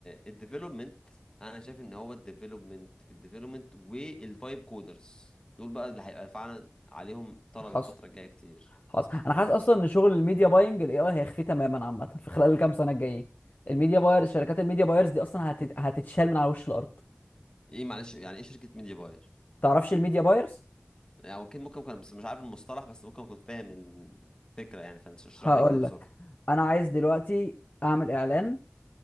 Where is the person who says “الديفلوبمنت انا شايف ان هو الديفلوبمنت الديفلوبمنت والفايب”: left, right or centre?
Left